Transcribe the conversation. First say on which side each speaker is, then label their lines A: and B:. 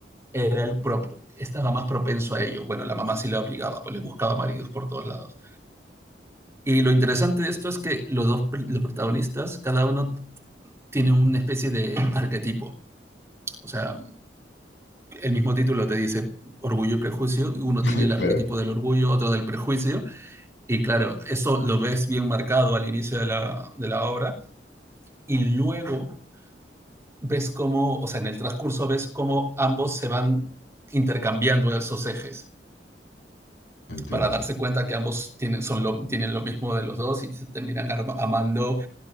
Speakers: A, on the right; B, on the left.
A: era el prop- estaba más propenso a ello. Bueno, la mamá sí la obligaba, pues le buscaba maridos por todos lados. Y lo interesante
B: Ya,
A: de esto es que los dos los protagonistas, cada uno tiene una especie de arquetipo. O sea, el mismo título te dice orgullo y prejuicio, uno
B: <laughs>
A: tiene el arquetipo
B: Claro,
A: del orgullo, otro del prejuicio, y claro, eso lo ves bien marcado al inicio de la, de la obra, y luego ves cómo, o sea, en el transcurso ves cómo ambos se van intercambiando esos ejes
B: entiendo.
A: para darse cuenta que ambos tienen, son lo, tienen lo mismo de los dos y se terminan amando